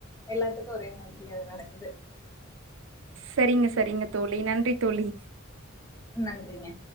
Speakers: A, on the left; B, on the right.
A: எல்லாத்துக்கும் ஒரே மாதிரி அது நடக்குது
B: சேரிங்க சேரிங்க தோழி நன்றி தோழி
A: நன்றிங்க